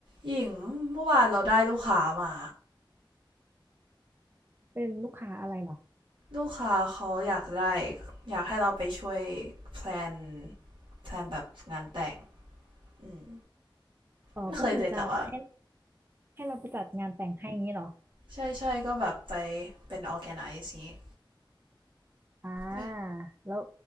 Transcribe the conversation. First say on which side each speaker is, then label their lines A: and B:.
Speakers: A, on the right; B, on the right.
A: หญิงเมื่อวานเราได้ลูกค้ามา
B: เป็นลูกค้าอะไรเหรอ
A: ลูกค้าเขาอยากได้อยากให้เราไปช่วยแพลนแพลนแบบงานแต่งอืม
B: อ๋อก็คือจะให้
A: ไม่เคยเลยแต่ว่า
B: ให้เราไปจัดงานแต่งให้อย่างนี้เหรอ
A: ใช่ใช่ก็แบบไปเป็น organize อางงี้
B: อ่า
A: นี่
B: แล้ว